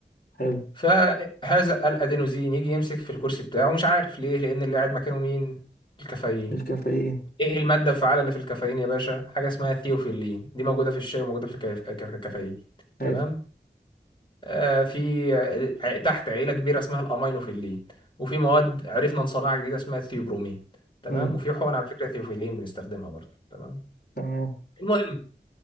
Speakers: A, on the left; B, on the left.
A: حلو
B: فهذا الادينوزين يجي يمسك في الكرسي بتاعه مش عارف ليه لان اللي قاعد مكانه مين الكافيين
A: الكافيين
B: ايه الماده الفعاله اللي في الكافيين يا باشا حاجه اسمها ثيوفيلين دي موجوده في الشاي وموجوده في الكاف- الكافيين
A: حلو
B: تمام آه، في ع- تحت عيلة كبيرة اسمها الأمينوفيلين وفي مواد عرفنا نصنعها جديدة اسمها الثيوبرومين تمام
A: مم.
B: وفي حقن على فكرة ثيوفيلين بنستخدمها برضه تمام
A: تمام
B: المهم